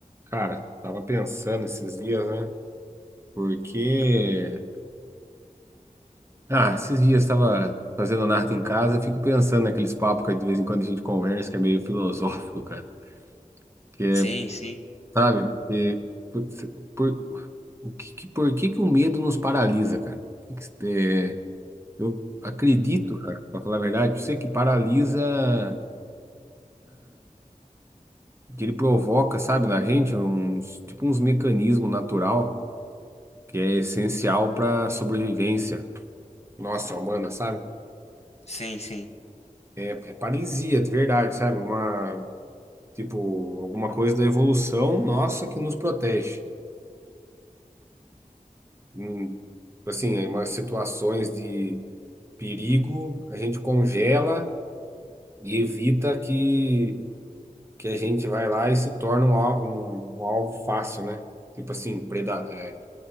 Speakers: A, on the right; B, on the left.
A: Cara, tava pensando esses dias, né? Porque, ah, esses dias tava fazendo nada em casa, fico pensando naqueles papos que de vez em quando a gente conversa, que é meio filosófico, cara. Que é,
B: Sim, sim,
A: sabe, putz, por, o que, que- por que que o medo nos paralisa, cara? O que que- é, eu acredito, cara, pra falar a verdade, você que paralisa, que ele provoca, sabe, na gente, uns, tipo uns mecanismos natural que é essencial pra sobrevivência nossa humana, sabe?
B: sim, sim.
A: É paralisia, de verdade, sabe? Uma, tipo, alguma coisa da evolução nossa que nos protege. Hum, assim, em umas situações de perigo, a gente congela e evita que, que a gente vai lá e se torne um, al- um, um alvo fácil, né? Tipo assim, preda é,